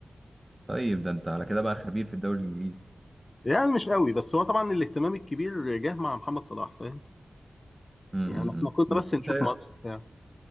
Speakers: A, on the right (about 15°); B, on the left (about 30°).
A: طيب ده انت على كده بقى خبير في الدوري الانجليزي
B: يعني مش قوي بس هو طبعا الاهتمام الكبير جه مع محمد صلاح فاهم
A: امم
B: يعني احنا كنا
A: بس
B: بس نشوف
A: انت ايه
B: ماتش
A: رأ-
B: بتاع